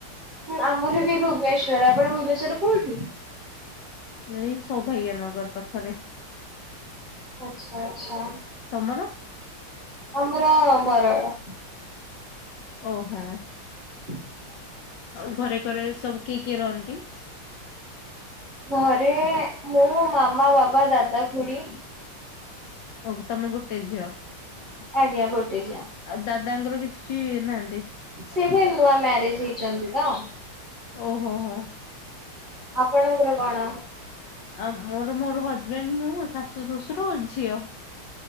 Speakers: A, on the right (about 30°); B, on the left (about 70°).
A: ହଁ ଆମର ବି ଭୁବନେଶ୍ଵର ଆପଣ ଭୁବନେଶ୍ଵରରେ କୋଉଠି?
B: ଏଇ ସୌଭାଗ୍ୟ ନଗର ପାଖରେ।
A: ଆଛା ଆଛା।
B: ତମର
A: ଆମର ବରଗଡ଼।
B: ଓହୋ।
A: <inaudible>
B: ଆଉ ଘରେ କରେ ସବୁ କିଏ କିଏ ରହନ୍ତି?
A: ଘରେ ମୁଁ, ମାମା, ବାବା, ଦାଦା, ଖୁଡି।
B: ହଉ ତମେ ଗୋଟେ ଝିଅ?
A: ଆଜ୍ଞା ଗୋଟେ ଝି
B: ଆଉ ଦାଦାଙ୍କର କିଛି ନାହାନ୍ତି?
A: ସେ ଏବେ ନୂଆ ମ୍ୟାରେଜ ହେଇଛନ୍ତି ତ?
B: ଓହୋ ହୋ।
A: ଆପଣଙ୍କର କଣ?
B: ଆ ମୋର ମୋର ହଜବେଣ୍ଡ, ମୁଁ ଶାଶୁ, ଶ୍ୱଶୁର, ଝିଅ।